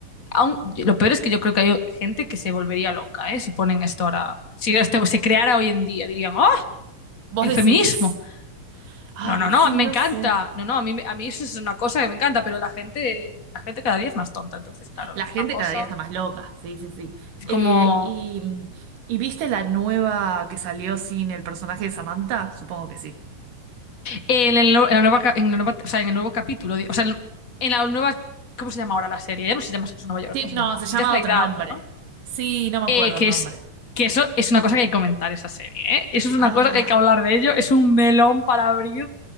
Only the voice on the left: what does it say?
aún- lo peor es que yo creo que hay gente que se volvería loca, ¿eh? Si ponen esto ahora, si esto se creara hoy en día, dirían, ¡oh!
El
feminismo.
No, no,
no, me
encanta.
No, no, a mí, me- a mí eso es una cosa que me encanta, pero la gente, la gente cada día es más tonta. Entonces, claro,
es
una cosa.
Es
como.
En el, no- en la nueva, ca- en la nueva- o sea, en el nuevo capítulo, di- o sea, en, en la nueva. ¿Cómo se llama ahora la serie? Ya no se llama Sexo en Nueva York,
¿cómo se
llama?
Just Like
That,
¿no?
Eh, que
es. Que eso es una cosa que hay que comentar esa serie, ¿eh? Eso es una
cosa que hay que hablar de ello. Es un melón para abrir